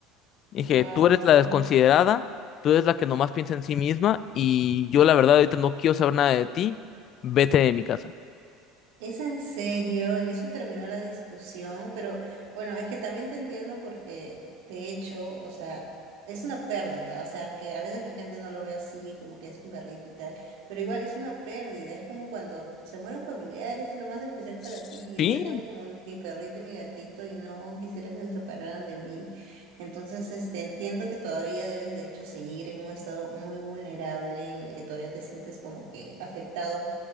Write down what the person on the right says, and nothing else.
Wow.
Es en serio, en eso terminó la discusión, pero bueno, es que también te entiendo porque de hecho, o sea, es una pérdida, o sea, aunque a veces la gente no lo ve así, como que es un perrito y tal, pero igual es una pérdida, es como cuando se muere un familiar, es lo más especial para
ti, yo, yo tengo como un- mi perrito y mi gatito y no quisiera que se separaran de mí, entonces, este, entiendo que todavía debes de hecho seguir en un estado muy vulnerable en el que todavía te sientes como que afectado